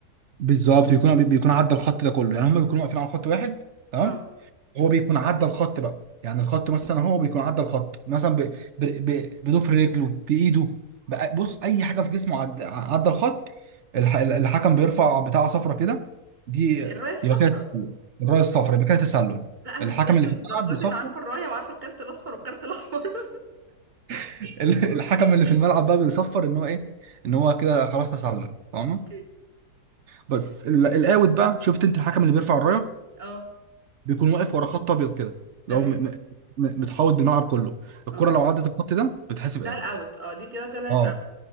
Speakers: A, on the right; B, on the right.
A: بالظبط بيكون بيكون عدى الخط ده كله يعني هم بيكونوا واقفين على خط واحد تمام
B: اه
A: هو بيكون عدى الخط بقى يعني الخط مثلا هو بيكون عدى الخط مثلا ب... ب... ب... بضفر رجله بايده بقى بص اي حاجه في جسمه عدى عدى الخط الح... الحكم بيرفع بتاعه صفرة كده دي
B: الراية الصفراء
A: يبقى كده تسلل الرايه الصفراء يبقى كده تسلل
B: لا انا
A: الحكم
B: مش جاهلة
A: اللي في
B: للدرجات
A: الملعب بيصفر
B: دي انا عارفة الراية وعارفة الكارت الأصفر والكارت الأحمر <laughs>
A: <laughs> الحكم اللي في الملعب بقى بيصفر ان هو ايه ان هو كده خلاص تسلل فاهمه
B: اوكي
A: بس ال- الاوت بقى شفت انت الحكم اللي بيرفع الرايه
B: اه
A: بيكون واقف ورا خط ابيض كده
B: تمام
A: لو م... م... م- متحوط بالملعب كله الكره
B: اه
A: لو عدت الخط ده بتحسب
B: ده
A: اوت
B: الاوت اه دي كده تلات
A: اه
B: اوت